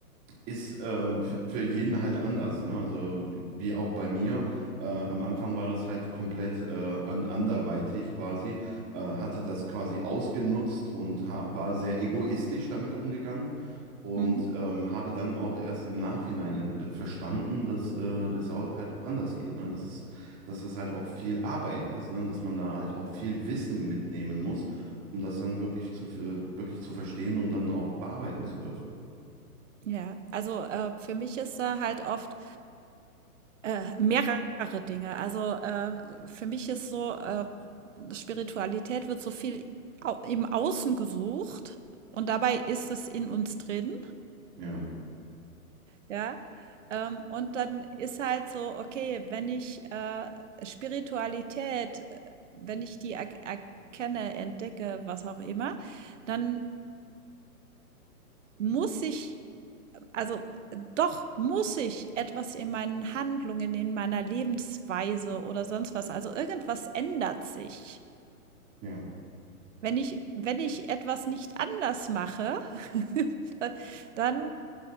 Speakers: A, on the right; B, on the right.
A: ist äh, für, für jeden halt anders. Ne? Also wie, wie auch bei mir. Äh, am Anfang war das halt komplett äh, an, anderweitig quasi, äh, hatte das quasi ausgenutzt und ha war sehr egoistisch damit umgegangen und
B: Mhm.
A: ähm, habe dann auch erst im Nachhinein ent- äh, verstanden, dass äh, es au- halt auch anders geht. Ne? Dass es, dass es halt auch viel Arbeit ist, ne? Dass man da halt auch viel Wissen mitnehmen muss, um das dann wirklich zu, äh, wirklich zu verstehen und dann auch bearbeiten zu dürfen.
B: Ja. Also äh, für mich ist da halt oft Äh, mehrere Dinge. Also, äh, für mich ist so, äh, Spiritualität wird so viel au im Außen gesucht und dabei ist es in uns drin,
A: Ja.
B: ja? Ähm, und dann ist halt so, okay, wenn ich, äh, Spiritualität äh, wenn ich die er erkenne, entdecke, was auch immer, dann muss ich Also, äh, doch muss ich etwas in meinen Handlungen, in meiner Lebensweise oder sonst was also, irgendwas ändert sich.
A: Ja,
B: Wenn ich wenn ich etwas nicht anders mache, <laughs> dann